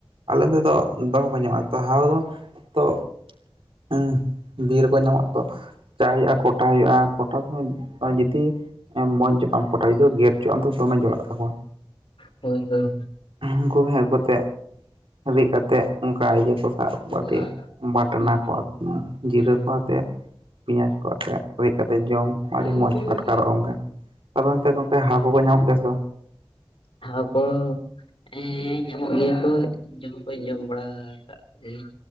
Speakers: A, on the right (about 75°); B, on the left (about 70°).
A: ᱟᱞᱮ ᱱᱚᱛᱮ ᱫᱚ᱾ ᱫᱚᱢᱮ ᱠᱚ ᱧᱟᱢᱚᱜᱼᱟ ᱛᱚ ᱦᱟᱣ ᱫᱚ ᱛᱚ ᱦᱩᱸ ᱵᱤᱨ ᱨᱮᱠᱚ ᱧᱟᱢᱚᱜᱼᱟ ᱛᱚ᱾ ᱪᱟᱜ ᱦᱩᱭᱩᱜᱼᱟ ᱠᱚᱴᱟ ᱦᱩᱭᱩᱜᱼᱟ ᱠᱚᱴᱟ ᱥᱚᱢᱚᱭ ᱡᱩᱫᱤ ᱢᱚᱡᱽ ᱧᱚᱜ ᱵᱟᱢ ᱠᱚᱴᱟ ᱡᱩᱫᱟᱹ ᱜᱮᱨ ᱦᱚᱪᱚᱜᱟᱢ ᱛᱚ ᱫᱚᱢᱮ ᱡᱚᱞᱟᱜ ᱛᱟᱠᱚᱣᱟ᱾
B: ᱦᱩᱸ ᱦᱩᱸ
A: ᱩᱱᱠᱩ ᱜᱮ ᱦᱟᱸᱜ ᱟᱹᱜᱩ ᱠᱟᱛᱮᱫ ᱨᱤᱫ ᱠᱟᱛᱮᱫ ᱚᱱᱠᱟ ᱤᱭᱟᱹ ᱠᱚ ᱥᱟᱵ
B: ᱦᱳᱭ
A: ᱠᱟᱴᱤᱡ
B: ᱦᱳᱭ
A: ᱵᱟᱴᱱᱟ
B: ᱦᱩᱸ
A: ᱠᱚ ᱡᱤᱨᱟᱹ
B: ᱦᱩᱸ ᱦᱩᱸ
A: ᱠᱚ ᱟᱛᱮᱫ ᱯᱮᱸᱭᱟᱡᱽ ᱠᱚ ᱟᱛᱮᱫ ᱨᱤᱫ ᱠᱟᱛᱮᱫ ᱡᱚᱢ
B: ᱦᱩᱸ
A: ᱟᱹᱰᱤ ᱢᱚᱸᱡᱽ ᱜᱮᱠᱚ ᱟᱴᱠᱟᱨᱚᱜᱼᱟ ᱜᱚᱢᱠᱮ, ᱟᱯᱮ ᱚᱱᱛᱮ ᱦᱟᱶ ᱠᱚᱠᱟ ᱧᱟᱢᱚᱜ ᱜᱮᱭᱟ ᱥᱮ ᱵᱟᱝ?
B: ᱦᱟᱶ ᱠᱚ ᱦᱮᱸ ᱧᱟᱢᱚᱜ ᱜᱮᱭᱟ ᱠᱚ, ᱡᱚᱢ ᱠᱟᱧ ᱡᱚᱢ ᱵᱟᱲᱟ ᱠᱟᱫ ᱠᱚᱭᱟᱧ᱾